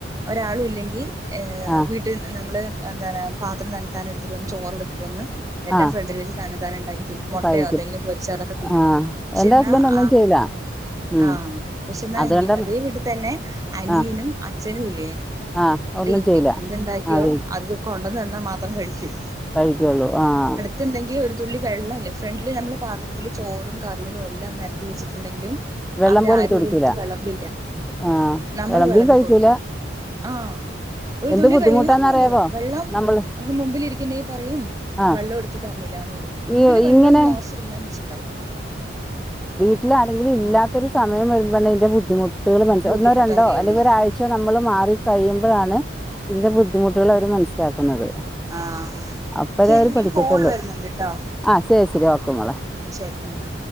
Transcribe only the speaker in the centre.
ആഹ്
ആഹ്
കഴിക്കും
ആഹ്
എന്റെ
ഹസ്ബൻഡ് ഒന്നും
ചെയ്യില്ല
ഉം
അതുകൊണ്ട്
ആഹ്
ആഹ് <unintelligible>
ആഹ്
കഴിക്കുള്ളൂ ആഹ്
വെള്ളം
പോലും എടുത്തു കുടിക്കൂല,
ആഹ്
വെളമ്പിം
കഴിക്കൂല.
എന്ത്
ബുദ്ധിമുട്ടാന്നറിയാവോ
നമ്മള്
ആഹ്
ഈ
ഇങ്ങനെ
ട്ടിലാരെങ്കിലും,
ഇല്ലാത്ത ഒരു സമയം വ രുമ്പോ ആണ് അതിന്റെ ബുദ്ധിമുട്ട്കള് മനസ്സിലാവുന്നെ,
ഒന്നോ രണ്ടോ
അല്ലെങ്കിൽ ഒരാഴ്ച ചോ നമ്മള് മാറി കഴിയുമ്പഴാണ് ഇതിന്റെ ബുദ്ധിമുട്ടുകളവര് മനസ്സിലാക്കുന്നത്
അപ്പഴേ
അവര്
പഠിക്കത്തൊള്ള്,
ആഹ് ശരി ശരി ഓക്കെ മോളെ